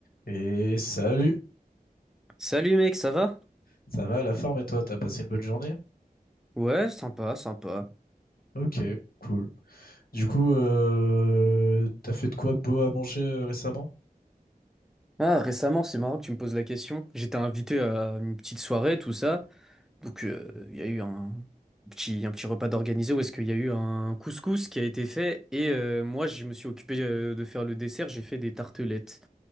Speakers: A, on the left (about 70°); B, in the centre.
A: Et salut,
B: Salut mec, ça va?
A: ça va la forme et toi, t'as passé une bonne journée?
B: Ouais, sympa, sympa.
A: Ok, cool. Du coup, euh, t'as fait de quoi de beau à manger euh, récemment?
B: Ah, récemment, c'est marrant que tu me poses la question. J'étais invité à une petite soirée, tout ça. Donc, euh, il y a eu un petit, un petit repas d'organisé où est-ce qu'il y a eu un couscous qui a été fait. Et euh, moi, je me suis occupé euh, de faire le dessert. J'ai fait des tartelettes